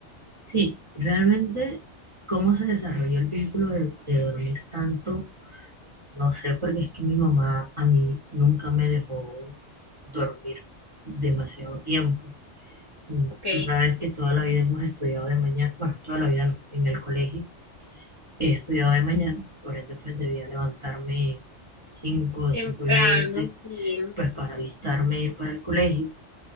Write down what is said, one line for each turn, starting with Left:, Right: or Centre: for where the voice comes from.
Right: Sí, realmente cómo se desarrolló el vínculo de, de dormir tanto No sé, porque es que mi mamá a mí nunca me dejó dormir demasiado tiempo. Mm,
Left: Ok,
Right: Tú sabes que toda la vida hemos estudiado de mañana, bueno, toda la vida no, en el colegio he estudiado de mañana, por ende pues debía levantarme cinco
Left: temprano,
Right: cinco y veinte
Left: sí,
Right: pues para alistarme e ir para el colegio.